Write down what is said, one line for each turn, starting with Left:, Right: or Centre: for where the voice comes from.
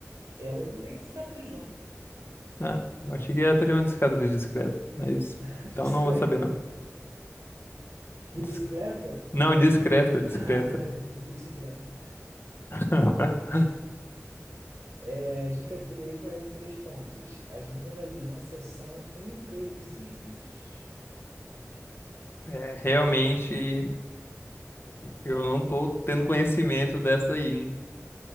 Right: Ela não tem cicatriz, não.
Left: Ah, achei que ela teria uma discadra discreta, mas...
Right: <laughs> De
Left: Então
Right: bicicleta.
Left: não vou saber, não.
Right: De
Left: Dis-
Right: bicicleta? <laughs>
Left: Não, discreta, discreta.
Right: Ah, tá. Entendi de bicicleta.
Left: <laughs>
Right: É, dica 3, valendo 3 pontos. As minhas alianças são imprevisíveis.
Left: É, realmente, eu não tô tendo conhecimento dessa aí, hein?